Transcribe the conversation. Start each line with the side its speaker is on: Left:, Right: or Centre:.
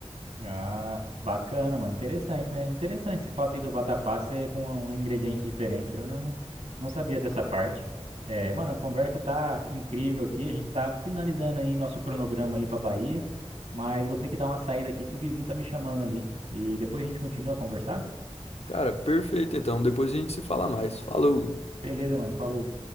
Right: Ah, bacana, mano. Interessante, né? Interessante esse fato aí do vatapá ser com ingredientes diferentes. Eu não, não sabia dessa parte. É, mano, a conversa tá incrível aqui. A gente tá finalizando aí nosso cronograma ali pra Bahia. Mas vou ter que dar uma saída aqui que o vizinho tá me chamando ali. E depois a gente continua a conversar?
Left: Cara, perfeito então. Depois a gente se fala mais. Falou!
Right: Beleza, mano. Falou.